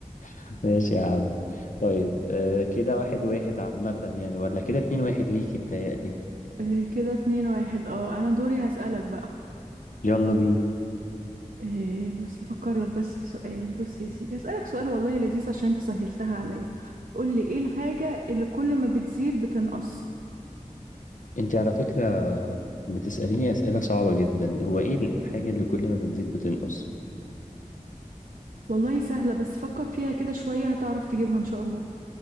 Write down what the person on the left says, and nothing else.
<laughs> ماشي يا عم طيب آه، كده واحد واحد عامه يعني ولا كده اتنين واحد ليكي بتهيألي
يلا بينا
انت على فكرة بتسأليني أسئلة صعبة جدا هو ايه الحاجة اللي كل ما بتزيد بتنقص